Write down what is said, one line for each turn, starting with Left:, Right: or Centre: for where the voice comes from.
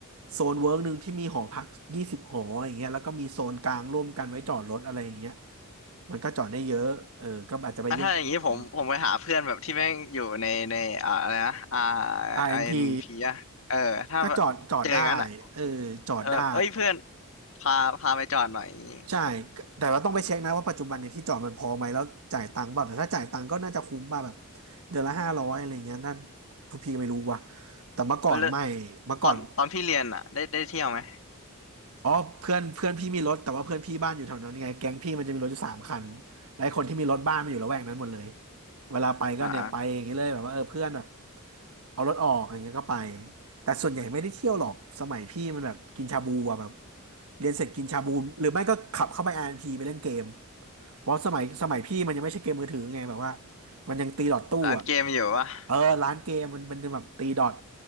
Right: โซนเวิร์กหนึ่งที่มีหอพักยี่สิบหออย่างเงี้ยแล้วก็มีโซนกลางร่วมกันไว้จอดรถอะไรอย่างเงี้ยมันก็จอดได้เยอะเออก็อาจจะไปแย่งๆจอดหน่อย
Left: อ่ะถ้าอย่างนี้ผมผมไปหาเพื่อนแบบที่แม่งอยู่ในในอ่าอะไรนะอ่า
Right: RNP
Left: ไอเอ็นพีอะเออถ้าแบบเจองั้นอะ
Right: ก็จอดจอดได้เออจอดได้
Left: แล้วแบบเอ้ยเพื่อนพาพาไปจอดหน่อยอย่างงี้
Right: ใช่แต่เราต้องไปเช็คนะว่าปัจจุบันเนี่ยที่จอดมันพอไหมแล้วจ่ายตังค์เปล่าแต่ถ้าจ่ายตังค์ก็น่าจะคุ้มป่ะแบบเดือนละห้าร้อยอะไรเงี้ยนั่นผู้พี่ก็ไม่รู้ว่ะแต่เมื่อก่อนไม่เมื่อก่อน
Left: เว้ยแล้วตอนตอนพี่เรียนอะได้ได้เที่ยวไหม
Right: อ๋อเพื่อนเพื่อนพี่มีรถแต่ว่าเพื่อนพี่บ้านอยู่แถวนั้นไงแก๊งพี่มันจะมีรถอยู่สามคันและไอ้คนที่มีรถบ้านมันอยู่ละแวกนั้นหมดเลยเวลาไปก็เนี่ยไปอย่างนี้เลยแบบว่าเออเพื่อนแบบ
Left: อ่า
Right: เอารถออกอย่างเงี้ยก็ไปแต่ส่วนใหญ่ไม่ได้เที่ยวหรอกสมัยพี่มันแบบกินชาบูอะแบบ เรียนเสร็จกินชาบูหรือไม่ก็ขับเข้าไป r พีไปเล่นเกมเพราะสมัยสมัยพี่มันยังไม่ใช่เกมมือถือไงแบบว่ามันยังตีดอทตู้อ่ะ
Left: <laughs> ร้านเกมอยู่วะ
Right: เออร้านเกมมันมันจะแบบตีดอท